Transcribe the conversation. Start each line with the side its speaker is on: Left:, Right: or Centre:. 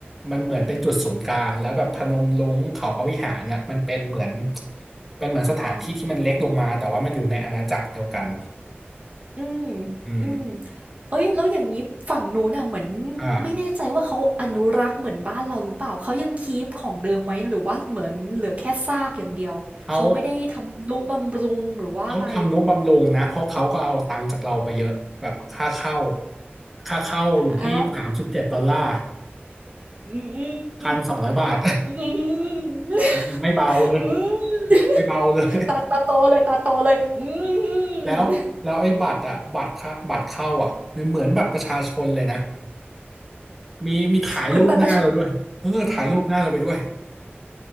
Centre: มันเหมือนเป็นจุดศูนย์กลางแล้วแบบพนมรุ้งเขาพระวิหารน่ะมันเป็นเหมือนเป็นเหมือนสถานที่ที่มันเล็กลงมาแต่ว่ามันอยู่ในอาณาจักรเดียวกัน
Right: อืม
Centre: อืม
Right: อืมเอ้ยแล้วอย่างนี้ฝั่งนู้นน่ะเหมือน
Centre: อ่า
Right: ไม่แน่ใจว่าเขาอนุรักษ์เหมือนบ้านเราหรือเปล่าเขายังคีปของเดิมไหมหรือว่าเหมือนเหลือแค่ซากอย่างเดียวเขาไม่ได้ทำนุบำรุงหรือว่าอะไร
Centre: เขาเขาทำนุบำรุงนะเพราะเขาก็เอาตังค์จากเราไปเยอะแบบค่าเข้าค่าเข้าอยู่ที่สามสิบเจ็ดดอลลาร์
Right: อ่า อืมอื
Centre: พันสองร้อยบาท
Right: มอืมอืม
Centre: <laughs> ไม่เบาเลย
Right: อืม
Centre: ไม่เบาเลย
Right: ตาตาโตเลยตาโตเลยอื
Centre: แล้วแล้วไอ้บัตรอะบัตรเข้าบัตรเข้าอะมันเหมือนบัตรประชาชนเลยนะ
Right: ม
Centre: มีมีถ่ายรูปหน้าเราด้วยเออถ่ายรูปหน้าเราไปด้วย
Right: เหมือนบัตรประชา